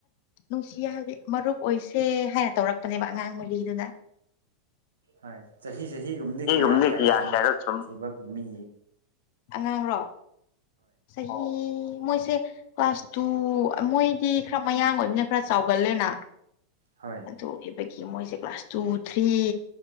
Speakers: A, on the left (about 45°); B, on the right (about 70°).
A: ꯅꯨꯡꯁꯤ ꯍꯥꯏꯕꯗꯤ ꯃꯔꯨꯞ ꯑꯣꯏꯁꯦ ꯍꯥꯏꯔ ꯇꯧꯔꯛꯄꯅꯦꯕ ꯑꯉꯥꯡ ꯃꯔꯤꯗꯨꯅ
B: ꯍꯣꯏ ꯆꯍꯤ ꯆꯍꯤꯒꯨꯝꯗꯤ
A: ꯁꯤꯒꯨꯝꯕꯗꯤ
B: ꯀꯌꯥ ꯀꯦꯌꯥꯒ ꯁꯨꯝ
A: ꯀꯌꯥꯔꯛ ꯁꯨꯝ
B: ꯁꯨꯕ ꯃꯤ
A: ꯑꯉꯥꯡꯔꯣ ꯆꯍꯤ ꯃꯣꯏꯁꯦ ꯀ꯭ꯂꯥꯁ ꯇꯨ ꯃꯣꯏꯗꯤ ꯈꯔ ꯃꯌꯥꯡ ꯑꯣꯏꯕꯅꯤꯅ ꯈꯔ ꯆꯥꯎꯒꯜꯂꯦꯅ
B: ꯍꯣꯏ
A: ꯑꯗꯨꯏꯕꯒꯤ ꯃꯣꯏꯁꯦ ꯀ꯭ꯂꯥꯁ ꯇꯨ ꯊ꯭ꯔꯤ